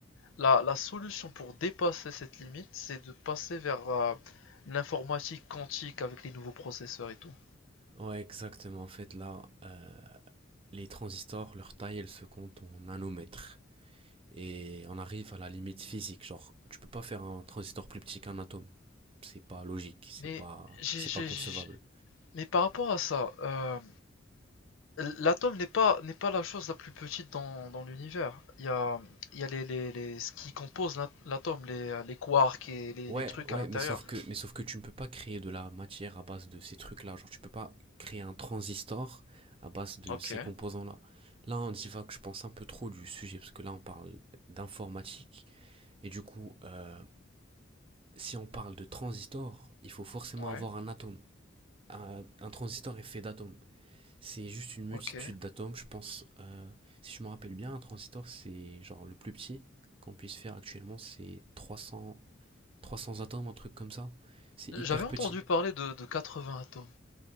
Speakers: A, on the left; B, on the right.
A: La, la solution pour dépasser cette limite, c'est de passer vers euh, l'informatique quantique avec les nouveaux processeurs et tout.
B: euh, ouais, exactement. En fait, là, euh, les transistors, leur taille, elle se compte en nanomètres. Et on arrive à la limite physique, genre, tu peux pas faire un transistor plus petit qu'un atome. C'est pas logique, c'est
A: Mais,
B: pas,
A: j'ai-
B: c'est
A: j'ai-
B: pas concevable.
A: j'ai- mais par rapport à ça, euh, l'atome n'est pas, n'est pas la chose la plus petite dans, dans l'univers. Il y a, il y a les, les, les- ce qui compose l'atome, les, euh, les quarks et les,
B: Ouais,
A: les trucs
B: ouais,
A: à l'intérieur.
B: mais sauf que, mais sauf que tu ne peux pas créer de la matière à base de ces trucs-là. Genre, tu peux pas créer un transistor à base de
A: Ok,
B: ces composants-là. Là, on divague, je pense, un peu trop du sujet, parce que là, on parle d'informatique. Et du coup, euh, si on parle de transistor, il faut forcément
A: ouais,
B: avoir un atome. Un, un transistor est fait d'atomes. C'est juste une multitude
A: ok.
B: d'atomes, je pense. euh, si je me rappelle bien, un transistor, c'est genre le plus petit qu'on puisse faire actuellement, c'est 300 300 atomes, un truc comme ça. C'est
A: J'avais
B: hyper
A: entendu
B: petit.
A: parler de, de 80 atomes.